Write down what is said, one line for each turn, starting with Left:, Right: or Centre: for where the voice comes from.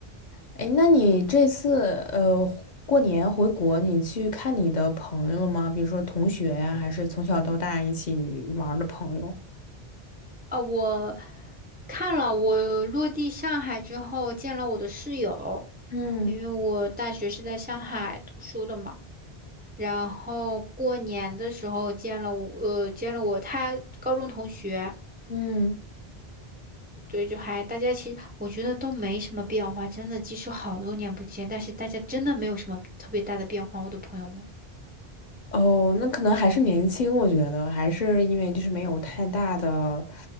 Left: 哎，那你这次呃过年回国，你去看你的朋友了吗？比如说同学呀，还是从小到大一起玩儿的朋友？
Right: 啊，我看了，我落地上海之后见了我的室友，
Left: 嗯，
Right: 因为我大学是在上海读书的嘛，然后过年的时候见了我，呃，见了我他高中同学。
Left: 嗯，
Right: 对，就还大家其实我觉得都没什么变化，真的，即使好多年不见，但是大家真的没有什么特别大的变化。我的朋友们，
Left: 哦，那可能还是年轻，我觉得还是因为就是没有太大的，